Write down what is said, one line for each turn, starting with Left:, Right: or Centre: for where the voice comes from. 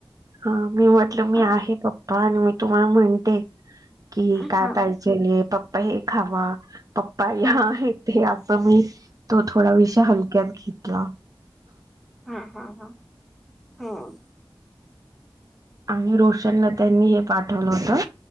Right: हा. मी म्हटलं, मी
Centre: हा
Right: आहे पप्पा. अन् मी तुम्हाला म्हणते कि,
Centre: हा
Right: काय
Centre: हा
Right: पाहिजेल पप्पा. हे खावा. पप्पा
Centre: हा
Right: हां हे ते आ तर मी, तो थोडा विषय हलक्यात घेतला.
Centre: ह, ह, ह. हम्म.
Right: आणि रोशनला त्यांनी हे पाठवलं होतं.